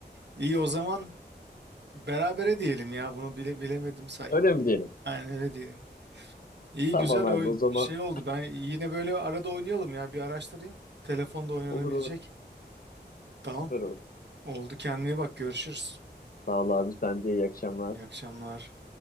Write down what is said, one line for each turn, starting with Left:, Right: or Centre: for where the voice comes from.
Right: İyi o zaman berabere diyelim ya. Bunu bile bilemedim say.
Left: Öyle mi diyelim?
Right: Aynen öyle diyelim. İyi
Left: Tamam
Right: güzel
Left: abi
Right: o
Left: o zaman
Right: şey oldu. Ben yine böyle arada oynayalım ya. Bir araştırayım. Telefonda
Left: <laughs>
Right: oynanabilecek.
Left: olur olur.
Right: Tamam.
Left: Süper olur.
Right: Oldu kendine bak. Görüşürüz.
Left: Sağ ol abi sen de iyi akşamlar.
Right: İyi akşamlar.